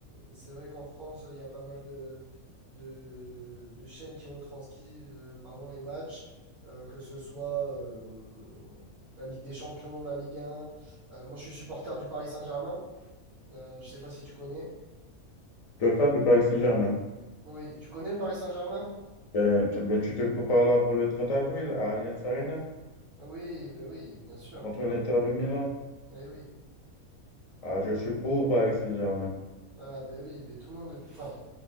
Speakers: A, on the right (about 80°); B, on the left (about 45°).
A: c'est vrai qu'en France, il y a pas mal de, de, de chaînes qui retranscrivent, euh, pardon, les matchs, euh, que ce soit euh, la Ligue des Champions, la Ligue un. Euh, moi, je suis supporter du Paris Saint-Germain. Euh, je sais pas si tu connais.
B: Tu es fan du Paris Saint-Germain?
A: Oui, tu connais le Paris Saint-Germain?
B: Ben, tu ben, tu te prépares là pour le 30 avril à Allianz Arena
A: Oui, ben oui, bien sûr.
B: contre l'Inter de Milan.
A: Eh oui.
B: Ah, je suis pour Paris Saint-Germain.
A: Ah ben oui, ben tout le monde est... Enfin,